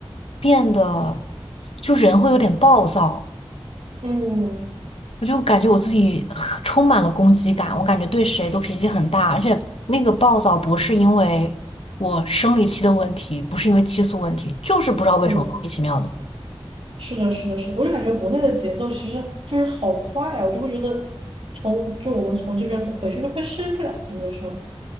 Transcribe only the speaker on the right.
嗯
嗯，是的，是的，是的我就感觉国内的节奏其实就是好快啊，我就会觉得从就我们从这边回去就会适应不了，有没有说？